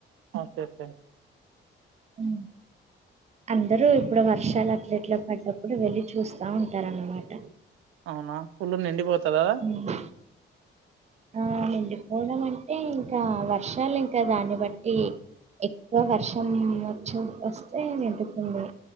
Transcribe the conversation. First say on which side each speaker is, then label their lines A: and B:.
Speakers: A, on the right (about 85°); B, on the right (about 35°).
A: ఆ టె టె
B: హ్మ్. అందరూ ఇప్పుడు వర్షాలు అట్లట్లా పడ్డప్పుడు వెళ్ళి చూస్తా ఉంటారు. అన్నమాట
A: అవునా ఫుల్ నిండిపోతదా
B: ఉమ్. ఆ నిండిపోవడం అంటే ఇంకా వర్షాలు ఇంకా దాన్ని బట్టి ఎక్కువ వర్షం వచ్చ వస్తే నిండుకుంది.